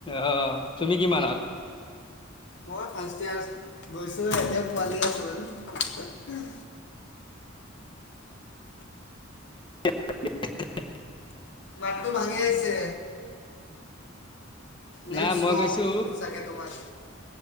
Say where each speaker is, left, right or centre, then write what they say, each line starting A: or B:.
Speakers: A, on the left; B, on the left.
A: অ' তুমি কিমানত?
B: মই ফাৰ্ষ্ট ইয়ৰ গৈছোঁহে এতিয়াও পোৱালি আছো আৰু।
A: <unintelligible>
B: মাতটো ভাঙি আহিছে। নেট
A: নাই
B: শ্ল'
A: মই গৈছো
B: চাগে তোমাৰ,